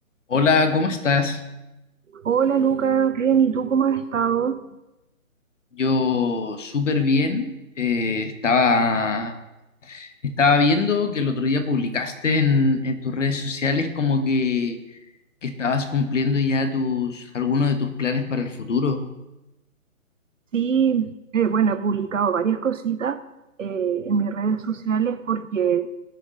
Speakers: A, on the left; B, on the right.
A: Hola, ¿cómo estás?
B: Hola Lucas, bien, ¿y tú cómo has estado?
A: Yo súper bien. Eh, estaba, estaba viendo que el otro día publicaste en, en tus redes sociales como que, que estabas cumpliendo ya tus, algunos de tus planes para el futuro.
B: Sí, eh, bueno, he publicado varias cositas eh, en mis redes sociales porque